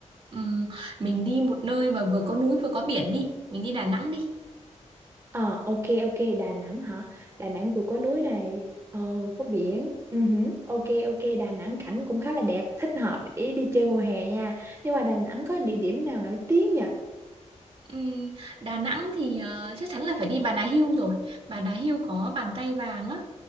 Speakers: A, on the right; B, on the right.
A: Ừm, mình đi một nơi mà vừa có núi vừa có biển đi, mình đi Đà Nẵng đi.
B: Ờ, ok, ok, Đà Nẵng hả? Đà Nẵng vừa có núi này, ờ, có biển. Ừ, hử, ok, ok, Đà Nẵng cảnh cũng khá là đẹp, thích hợp để đi chơi mùa hè nha. Nhưng mà Đà Nẵng có địa điểm nào nổi tiếng nhỉ?
A: Ừm, Đà Nẵng thì ờ, chắc chắn là phải đi Bà Nà Hưu rồi. Bà Nà Hưu có bàn tay vàng á,